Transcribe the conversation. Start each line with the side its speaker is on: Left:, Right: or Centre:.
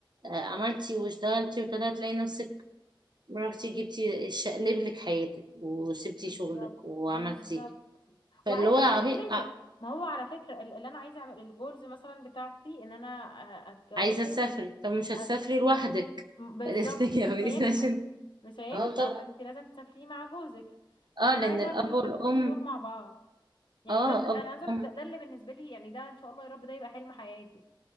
Right: آه، عملتي واشتغلتي وابتدى هتلاقي نفسك ما رحتي جبتي شقلب لك حياتك وسبتي
Left: بالظبط
Right: شغلك وعملتي
Left: بالظبط وعايزة
Right: فاللي هو عبي...
Left: وعايزة اسافر
Right: ع-
Left: ما هو على فكرة ال- اللي انا عايزة اعمل الجولز مثلا بتاعتي ان انا أ- اتجوز
Right: عايزه تسافري طب مش هتسافري
Left: أت...
Right: لوحدك
Left: بالظبط
Right: <laughs> فلازم تتجوزي
Left: مش هينفع
Right: عشان
Left: مش هينفع
Right: اه طبعا
Left: فانت لازم تسافري مع جوزك
Right: اه
Left: فانا
Right: لان
Left: عايزة
Right: الاب
Left: اعمل الحاجتين
Right: والام
Left: دول مع بعض يعني
Right: اه
Left: ده ده-
Right: اب
Left: انا عايزه اقول
Right: وام
Left: لك ده ده اللي بالنسبه لي يعني ده ان شاء الله يا رب ده يبقى حلم حياتي